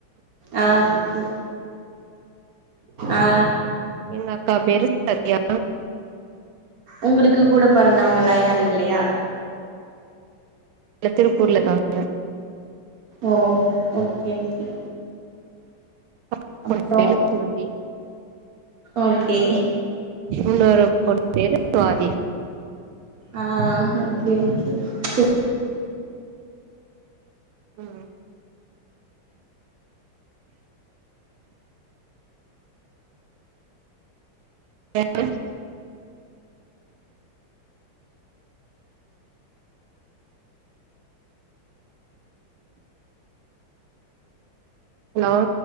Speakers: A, on the right; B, on the right.
A: ஆ ஓகே ஆ
B: எங்க அக்கா பேரு சத்யா
A: உங்களுக்கு கூட பிறந்தவங்களா யாரு இல்லயா
B: எல்லா திருப்பூர்ல க் <unintelligible> காங்க
A: ஓ ஓகே ஓகே
B: <inaudible>
A: அப்றோ ஓகே
B: இன்னொரு பொண்ணு பேரு சுவாதி
A: ஆ ஓகே ஓகே சு
B: ம் <inaudible> ஹலோ